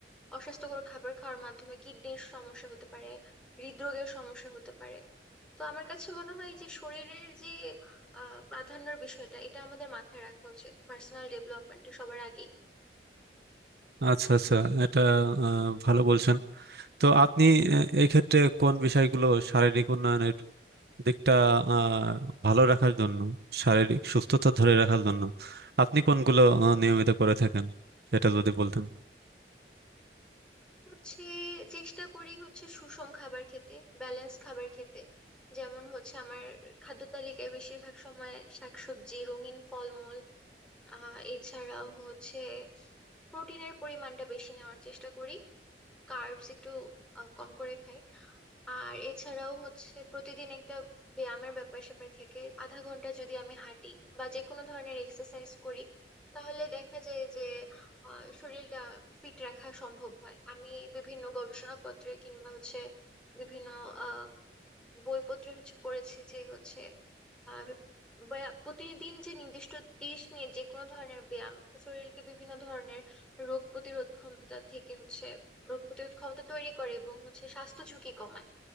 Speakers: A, in the centre; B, on the right.
A: অস্বাস্থ্যকর খাবার খাওয়ার মাধ্যমে কিডনির সমস্যা হতে পারে হৃদরোগের সমস্যা হতে পারে তো আমার কাছে মনে হয় যে শরীরের যে আহ প্রাধান্যের বিষয়টা এটা আমাদের মাথায় রাখা উচিত পার্সোনাল ডেভেলপমেন্টে সবার আগেই
B: আচ্ছা আচ্ছা এটা আহ, ভালো বলছেন তো আপনি আহ, এই ক্ষেত্রে কোন বিষয়গুলো শারীরিক উন্নয়নের দিকটা আহ, ভালো রাখার জন্য শারীরিক সুস্থতা ধরে রাখার জন্য আপনি কোনগুলো আহ, নিয়মিত করে থাকেন সেটা যদি বলতেন
A: হচ্ছে চেষ্টা করি হচ্ছে সুষম খাবার খেতে ব্যালেন্স খাবার খেতে যেমন হচ্ছে আমার খাদ্য তালিকায় বেশিরভাগ সময় শাকসবজি রঙিন ফলমূল আহ এছাড়াও হচ্ছে প্রোটিনের পরিমাণটা বেশি নেওয়ার চেষ্টা করি কার্বস একটু আহ, কম করে খাই আর এছাড়াও হচ্ছে প্রতিদিন একটা ব্যায়ামের ব্যাপার স্যাপার থেকে আধা ঘন্টা যদি আমি হাঁটি বা যে কোনো ধরনের এক্সারসাইজ করি তাহলে দেখা যায় যে আহ, শরীরটা ফিট রাখা সম্ভব হয় আমি বিভিন্ন গবেষণাপত্রে কিংবা হচ্ছে বিভিন্ন আহ বইপত্রে হচ্ছে পড়েছি যে হচ্ছে আর ব্যায়া- প্রতিদিন যে নির্দিষ্ট তিরিশ মিনিট যে কোনো ধরনের ব্যায়াম শরীরকে বিভিন্ন ধরনের রোগ প্রতিরোধ ক্ষমতা থেকে হচ্ছে রোগ প্রতিরোধ ক্ষমতা তৈরি করে এবং হচ্ছে স্বাস্থ্য ঝুঁকি কমায়